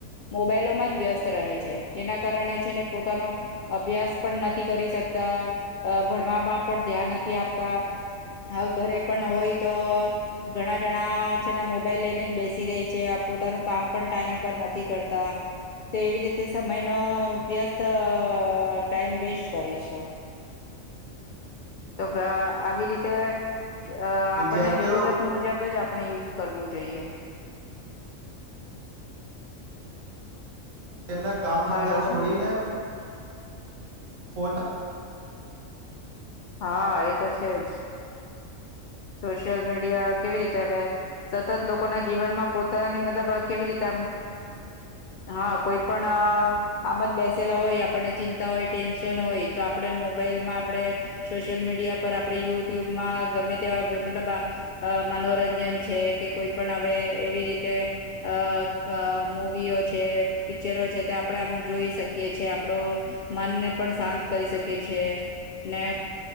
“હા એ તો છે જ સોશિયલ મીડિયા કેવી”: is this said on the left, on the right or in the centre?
Left